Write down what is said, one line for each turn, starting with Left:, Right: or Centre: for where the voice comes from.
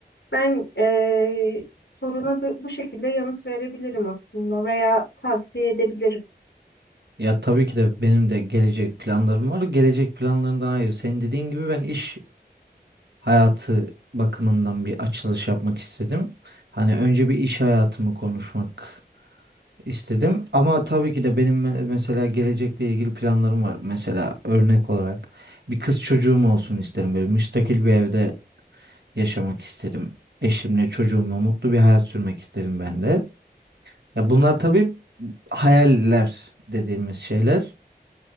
Left: Ben ee, soruna bu bu şekilde yanıt verebilirim aslında veya tavsiye edebilirim.
Right: Ya tabii ki de benim de gelecek planlarım var. Gelecek planlarından ayrı. Senin dediğin gibi ben iş hayatı bakımından bir açılış yapmak istedim. Hani önce bir iş hayatımı konuşmak istedim. Ama tabii ki de benim me- mesela gelecekle ilgili planlarım var. Mesela örnek olarak bir kız çocuğum olsun isterim. Böyle müstakil bir evde yaşamak isterim. Eşimle, çocuğumla mutlu bir hayat sürmek isterim ben de. Ya bunlar tabii hayaller dediğimiz şeyler.